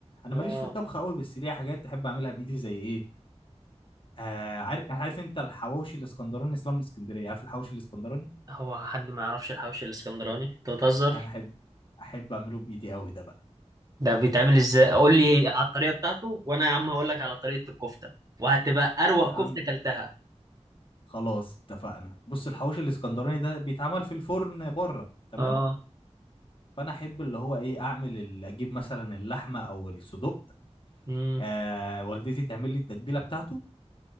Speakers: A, on the left; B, on the right.
A: انا
B: اه
A: ماليش في الطبخ قوي بس ليا حاجات احب اعملها بايدي زي ايه آه عارف عارف انت الحواوشي الاسكندراني اصلا من اسكندريه عارف الحواوشي الاسكندراني
B: هو حد ما يعرفش الحوش الاسكندراني انت بتهزر
A: ده انا احب احب اعمله بايدي قوي ده بقى
B: ده بيتعمل ازاي قول لي على الطريقه بتاعته وانا يا عم هقول لك على طريقه الكفته وهتبقى اروق
A: يا عم
B: كفته كلتها
A: خلاص اتفقنا بص الحواوشي الاسكندراني ده بيتعمل في الفرن بره تمام
B: اه
A: فانا احب اللي هو ايه اعمل ال- اجيب مثلا اللحمه او الصدوق
B: امم
A: آه والدتي تعمل لي التتبيله بتاعته